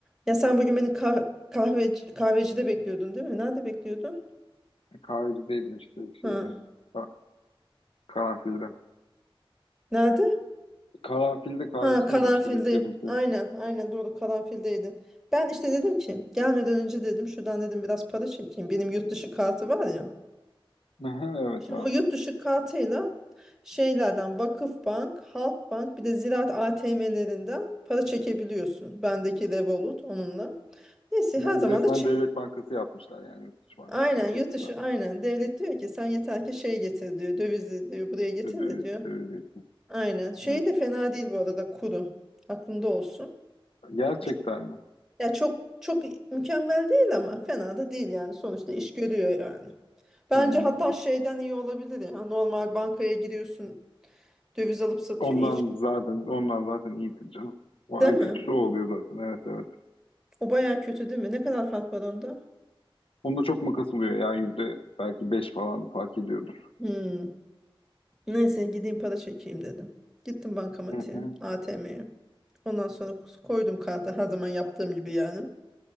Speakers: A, in the centre; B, on the left.
A: Ya sen bugün beni kah kahveci kahvecide bekliyordun değil mi? Nerede bekliyordun?
B: Kahveci değildim işte
A: Ha.
B: şeydi. Ka- Karanfilde.
A: Nerede?
B: Karanfilde kahveci
A: Ha Karanfil'de.
B: değildim işte bekliyordum seni.
A: Aynen, aynen doğru Karanfil'deydin. Ben işte dedim ki gelmeden önce dedim şuradan dedim biraz para çekeyim. Benim yurt dışı kartı var ya.
B: <laughs> Aha, Evet
A: Şimdi
B: ben.
A: o yurt dışı kartıyla şeylerden Vakıfbank, Halkbank bir de Ziraat ATM'lerinden para çekebiliyorsun. Bendeki Revolut onunla. Neyse
B: Ben
A: her zaman
B: resmen
A: da çek.
B: devlet bankası yapmışlar yani yurt dışı bankasını
A: Aynen yurt
B: çok
A: dışı
B: güzel.
A: aynen. Devlet diyor ki sen yeter ki şey getir diyor. Dövizi diyor buraya getir
B: Döviz,
A: de diyor.
B: döviz yatırım.
A: Aynen. Şey
B: Evet.
A: de fena değil bu arada kuru. Aklında olsun.
B: Gerçekten
A: Çok,
B: mi?
A: ya çok çok mükemmel değil ama fena da değil yani. Sonuçta iş görüyor yani. Bence
B: Hmm.
A: hatta şeyden iyi olabilir ya. Normal bankaya giriyorsun döviz alıp satıyorsun
B: Ondan
A: ya hiç.
B: zaten ondan zaten iyidir canım. O
A: Değil
B: en
A: mi?
B: kötüsü o oluyor zaten. Evet evet.
A: O baya kötü değil mi? Ne kadar fark var onda?
B: Onda çok makas oluyor ya yüzde belki beş falan fark ediyordur.
A: Hmm. Neyse gideyim para çekeyim dedim. Gittim bankamatiğe,
B: Hı hı.
A: ATM'ye. Ondan sonra koydum karta her zaman yaptığım gibi yani.